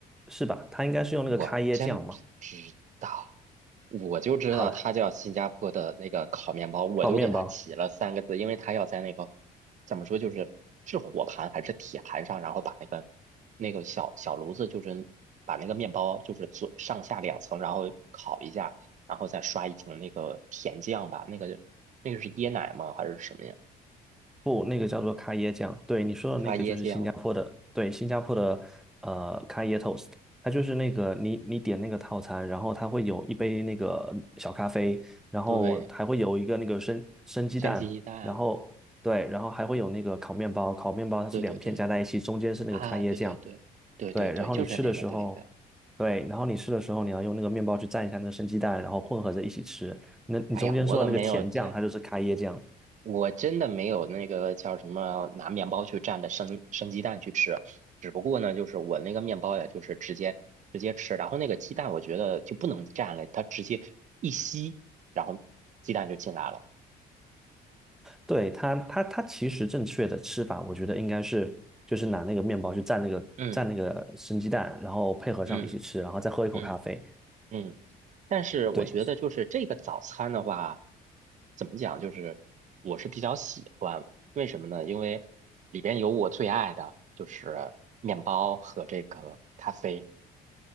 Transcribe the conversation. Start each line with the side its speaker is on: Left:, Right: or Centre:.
Centre: 是吧？它应该是用那个咖椰酱嘛。
Right: 我真不知道，我就知道它叫新加坡的那个烤面包，
Centre: 好了，
Right: 我就给它起了三个字，
Centre: 烤面包，
Right: 因为它要在那个怎么说，就是是火盘还是铁盘上，然后把那个那个小小炉子，就是把那个面包就是做上下两层，然后烤一下，然后再刷一层那个甜酱吧，那个那个是椰奶吗？还是什么呀？
Centre: 不，那个叫做咖椰酱。对，你说的那个就是新加坡的，
Right: 咖椰酱。
Centre: 对，新加坡的呃咖椰 toast，它就是那个你你点那个套餐，然后它会有一杯那个小咖啡，然后还会有一个那个生生鸡蛋，
Right: 对，生鸡鸡蛋，
Centre: 然后对，然后还会有那个烤面包，烤面包它是两片加在一起，
Right: 对对对，
Centre: 中间是那个咖椰酱。
Right: 啊，对对对，对对对，
Centre: 对，然后你吃的时候，
Right: 就是那个，对的。
Centre: 对，然后你吃的时候，你要用那个面包去蘸一下那个生鸡蛋，然后混合着一起吃。那你中间说的那个甜酱，
Right: 哎呀，我怎么没有蘸？
Centre: 它就是开椰酱。
Right: 我真的没有那个叫什么拿面包去蘸着生生鸡蛋去吃，只不过呢，就是我那个面包呀，就是直接直接吃，然后那个鸡蛋我觉得就不能蘸了，它直接一吸，然后鸡蛋就进来了。
Centre: 对，它，它，它其实正确的吃法，我觉得应该是就是拿那个面包去蘸那个蘸那个生鸡蛋，
Right: 嗯
Centre: 然后配合上一起吃，
Right: 嗯
Centre: 然后再喝一口咖啡。
Right: 嗯嗯，但是我觉得就是这个早餐的话，
Centre: 对
Right: 怎么讲，就是我是比较喜欢，为什么呢？因为里边有我最爱的，就是面包和这个咖啡。